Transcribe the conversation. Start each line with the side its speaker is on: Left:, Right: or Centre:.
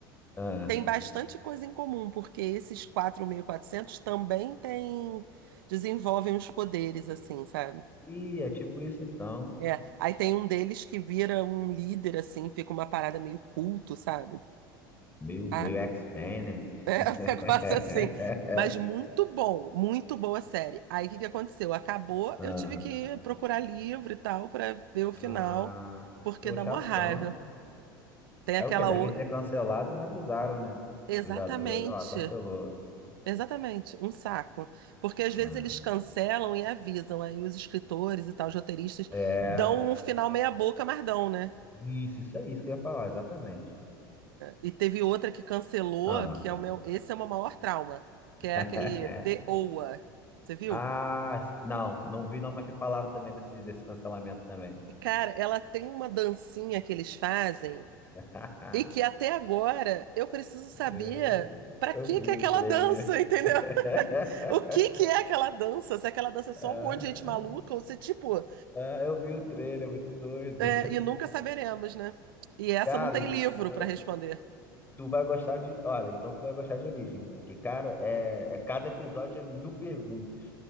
Left: Ah.
Right: tem bastante coisa em comum, porque esses 4.400 também têm desenvolvem os poderes assim, sabe?
Left: E é tipo isso então.
Right: É, aí tem um deles que vira um líder, assim, fica uma parada meio culto, sabe?
Left: Meio,
Right: Ah,
Left: meio X-Men, né?
Right: <laughs> é
Left: <laughs>
Right: um negócio assim. Mas muito bom, muito boa série. Aí o que que aconteceu? Acabou,
Left: Ah,
Right: eu tive que procurar livro e tal pra ver o final,
Left: ah,
Right: porque
Left: pô,
Right: dá
Left: chatão.
Right: mó raiva. Tem
Left: é
Right: aquela
Left: o que? Devem
Right: o...
Left: ter cancelado e não avisaram, né?
Right: Exatamente,
Left: Os atores, ó, cancelou.
Right: exatamente, um saco. Porque às vezes
Left: Ah,
Right: eles cancelam e avisam, aí os escritores e tal, os roteiristas
Left: é.
Right: dão um final meia boca, mas dão, né?
Left: Isso, isso é isso que eu ia falar, exatamente.
Right: E teve outra que cancelou,
Left: Ah,
Right: que é o meu. Esse é o meu maior trauma, que
Left: <laughs>
Right: é aquele The Oa. Você viu?
Left: ah, não, não vi não, mas já falaram também desse, desse cancelamento também.
Right: Cara, ela tem uma dancinha que eles fazem
Left: <laughs>
Right: e que até agora eu preciso saber
Left: É,
Right: pra
Left: Eu
Right: que
Left: vi
Right: que é aquela
Left: o trailer.
Right: dança, entendeu?
Left: <laughs>
Right: <laughs> O que que é aquela dança? Se aquela dança é
Left: Ah,
Right: só um monte de gente maluca ou se tipo.
Left: ah, eu vi o trailer, muito doido.
Right: é, e nunca saberemos, né? E essa
Left: Cara,
Right: não tem
Left: então,
Right: livro pra responder.
Left: tu vai gostar de. Olha, então tu vai gostar de Origem. Que, cara, é, é- cada episódio é mil perguntas.